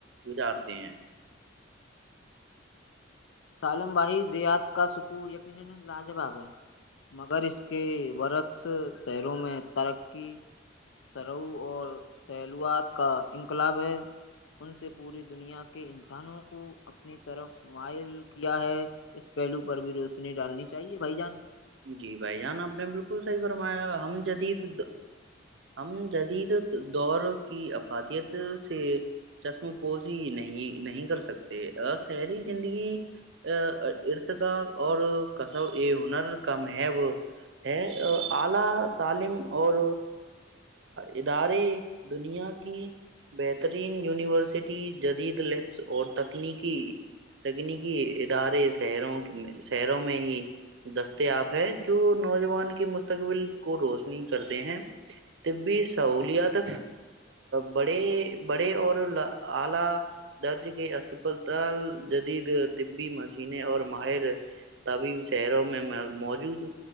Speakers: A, on the right; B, on the left.
A: گزار ت ہیں
B: سالم بھائی دیات کا سکون یقینا لاجواب ہے مگر اس کے ورق سحروں میں ترقی سرو اور سیلوات کا انقلاب ہے ان سے پوری دنیا کے انسانوں کو اپنی طرف مائل کیا ہے اس پہلو پر بھی روشنی ڈالنی چاہیے بھائی جان
A: جی بھائی جان آپ نے بالکل صحیح فرمایا ہم جدید ہم جدید دور کی افادیت سے چشم پوزی نہیں نہیں کر سکتے شہری زندگی ارت کاا اور کس ا ہنر کم ہے وہ ہے اعلی تعلیم اور ادارے دنیا کی بہترین یونیورسٹی جدید لپس اور تکلیقی تگنی کی ادارے سحروں کی سحروں میں ہی یاب ہے جو نوجوان کے مستقبل کو روشنی کرتے ہیں طبی سہولیات بڑے بڑے اور اعلی درج کے اس جدید طبی مشنے اور ماہر طبیب شہروں میں موجود